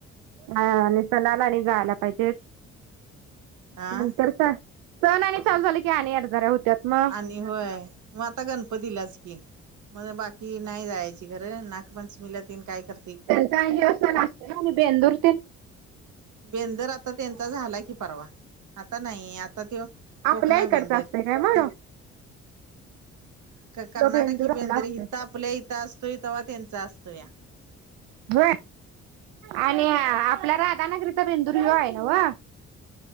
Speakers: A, on the right; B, on the right.
A: हा आणि सणाला आणि जायला पाहिजेत.
B: आ
A: नंतर काय सण आणि चालू झाले की आणि येरझाऱ्या होत्यात मग.
B: आणि होय मग आता गणपतीलाच की, म आता बाकी नाही जायची. ते खरं नागपंचमीला तेन काय कर
A: त्यांच हे सण असतं ना, बेंदूर तेन?
B: बेंदूर आता त्यांचा झाला की परवा, आता नाही आ आता त्यो कोकणा
A: आपल्या इकडचा
B: बेंदूर,
A: असतय काय मग
B: हा.
A: ह्यो
B: कर्नाटकी
A: तो बेंदूर
B: बेंदरी
A: आपला असतोय.
B: इथं आपल्या इथं असतोय, तवा त्यांचा असतूया.
A: व्हय आणि
B: हम्म
A: आपल्या राधानगरी चा बेंदूर ह्यो हाय नव्हं?